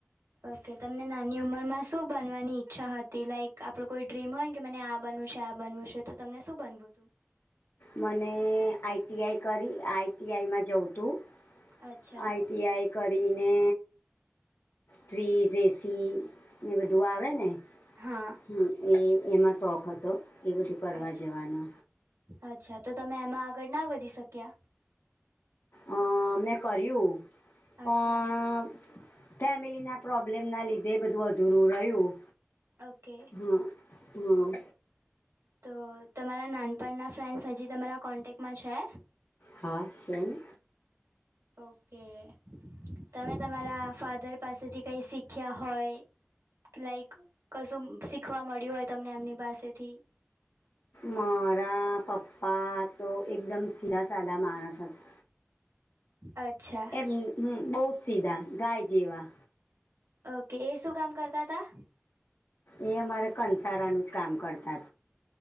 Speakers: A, on the right; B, on the left.
A: ઓકે તો તમને નાની ઉંમરમાં શું બનવાની ઈચ્છા હતી લાઈક આપડુ કોઈ ડ્રીમ હોય ને કે, મને આ બનવુ છે આ બનવું છે તો તમને શું બનવું હતું?
B: મને આઈ ટી આઈ કરી આઈ ટી આઈ માં જવું તું
A: અચ્છા
B: આઈ ટી ટી આઈ કરીને ફ્રીજ, એસી એ બધું આવે ને
A: હા
B: હમ્મ એ એમાં શોખ હતો એ બધું કરવા
A: અચ્છ
B: જવાનો.
A: અચ્છા તો તમે એમાં આગળ ના વધી શક્યા?
B: અ મેં કર્યું પણ
A: અચ્છા
B: ફેમિલી ના પ્રોબ્લેમ ના લીધે બધું અધૂરું રહ્યું.
A: ઓકે.
B: હા હા
A: તો તમારા નાનપણના ફ્રેન્ડસ હજી તમારા કોન્ટેક્ટમાં છે?
B: હા છેને
A: ઓકે તમે તમારા ફાધર પાસેથી કઈ શી શીખ્યા હોય લાઈક કશું શીખવા મળ્યું હોય તમને એમની પાસેથી.
B: મારા પપ્પા તો એકદમ સીધા સાધા માણસ હતા
A: અચ્છા
B: હમ હમ બોવ સીધા ગાય જેવા
A: ઓકે એ શું કામ કરતા હતા
B: એ અમારે કંસારાનું જ કામ કરતા